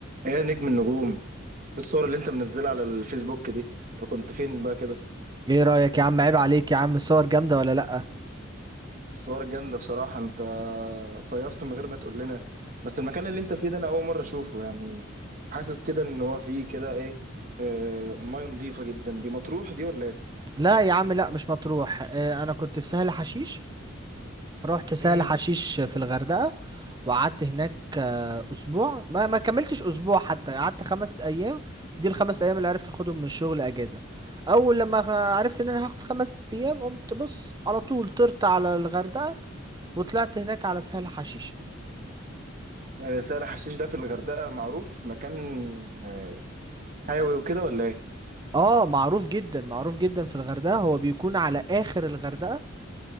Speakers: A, on the right; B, on the right.
A: ايه يا نجم النجوم إيه الصور اللي انت منزلها على الفيسبوك دي انت كنت فين بقى كده
B: ايه رأيك يا عم عيب عليك يا عم الصور جامدة ولا لأ
A: الصور جامدة بصراحة انت صيفت من غير ما تقول لنا بس المكان اللي انت فيه ده انا اول مرة اشوفه يعني حاسس كده ان هو فيه كده ايه آه مياه نظيفة جدا دي مطروح دي ولا ايه
B: لا يا عم لا مش مطروح آه، انا كنت في سهل حشيش رحت سهل
A: امم
B: حشيش في الغردقة وقعدت هناك آه، اسبوع ما ما كملتش اسبوع حتى قعدت خمس ايام دي الخمس ايام اللي عرفت اخدهم من الشغل اجازة اول لما خ- عرفت ان انا هاخد خمس ايام قمت بص على طول طرت على الغردقة وطلعت هناك على سهل حشيش
A: آه سهل حشيش ده في الغردقة معروف مكان آه حيوي وكده ولا ايه
B: اه معروف جدا معروف جدا في الغردقة هو بيكون على اخر الغردقة